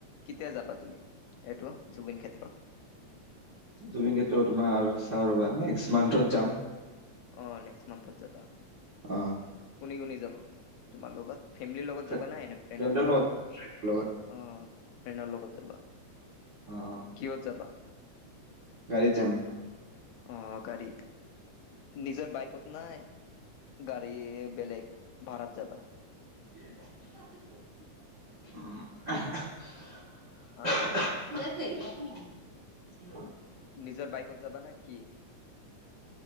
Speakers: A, on the left (about 80°); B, on the right (about 80°).
A: কেতিয়া যাবা তুমি এইটো জুবিন ক্ষেত্ৰত
B: জুবিনক্ষেত্ৰ তোমাৰ চাওঁ ৰবা। নেক্স মান্থত যাম।
A: অঁ, নেক্স মন্থত যাবা।
B: অঁ।
A: কোনি কোনি যাব তোমাৰ লগত। ফেমিলিৰ লগত
B: ফ্ৰে-
A: যাবা না, এনে ফ্ৰেণ্ডৰ লগত?
B: লগত ফ্ৰেণ্ডৰ
A: অঁ। ফ্ৰেণ্ডৰ লগত যাবা।
B: অঁ।
A: কিহত যাবা?
B: গাড়ীত যাম।
A: অঁ গাড়ীত। নিজৰ বাইকত না গাড়ী বেলেগ? ভাড়াত যাবা?
B: উম আস আস।
A: হাঁ
B: <unintelligible>
A: নিজৰ বাইকত যাবা না কি?